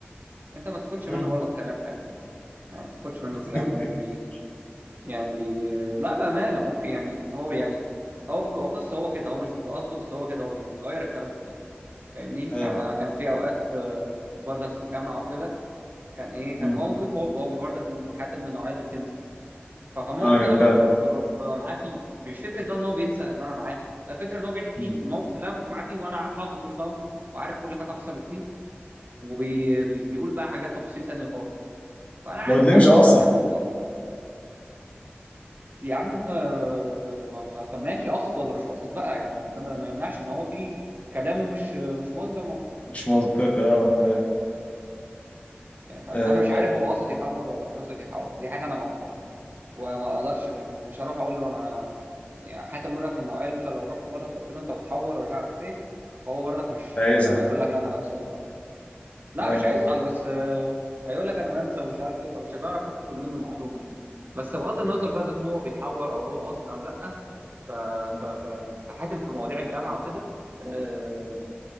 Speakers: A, on the right; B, on the left.
A: انت ما تاخدش
B: مم.
A: منه برضه كلام حياته يعني ما تاخدش
B: <laughs>
A: منه كلام هو بي يعني بي لا بامانه ممكن يعني هو يعني هو بيبقى بص هو كده هو مش بيبقى قصده بس هو كده هو بيغير الكلام كتير فاهمني
B: اه
A: انا كان في اوقات آه، بردك في الجامعه وكده كان ايه
B: مم.
A: كان موقف هو هو بردك من- حتى من النوعيه اللي بتنسى فكان موقف
B: ايوه
A: انا ببقى,
B: فاهم
A: ببقى, ببقى معاه فيه مش فكره بقى ان هو بينسى ان انا معاه لا الفكره ان هو بيحكي
B: مم.
A: الموقف اللي انا كنت معاه فيه وانا حافظه صم وعارف كل حاجه حصلت فيه وبيقول بقى حاجات تفاصيل تانية خالص فانا عارف
B: ما هو تلاقيه
A: حاتم
B: مش قاصد
A: لا حاتم بي... يا عم آه، ما- ما- طب ماشي قصد ولا مش قصد بقى يعني ده ما ما يمنعش ان هو في كلامه مش مش مصدر موثوق
B: مش منطقي اه فاهم
A: يعني يعني ح-
B: آه
A: انا مش عارف هو قاصد يحور ولا مش قاصد يحور دي حاجه انا ما اعرفهاش وما اقدرش مش مش هروح اقول له انا يعني حتى مرات من النوعيه اللي انت لو رحت برضك قلت له انت بتحور ومش عارف ايه فهو برضك مش
B: عايزها
A: هيقول لك لا انا بنسى ومش عارف إيه. لا
B: اه
A: مش هيزعل بس آه، هيقول لك انا بنسى ومش عارف ايه فمش هتعرف تاخد منه معلومه يعني بس بغض النظر
B: ايوه
A: بقى اذا كان هو بيحور او هو قاصد او لا ف
B: مم.
A: ف ف فحاتم في مواضيع الجامعه وكده آه،